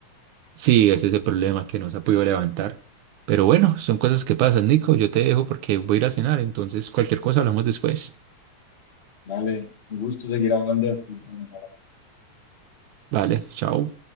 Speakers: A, on the right; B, on the left.
A: sí, ese es el problema que no se ha podido levantar. Pero bueno, son cosas que pasan, Nico. Yo te dejo porque voy a ir a cenar, entonces cualquier cosa hablamos después.
B: Dale, me gusta seguir hablando de fútbol. ¿no?
A: Vale, chao.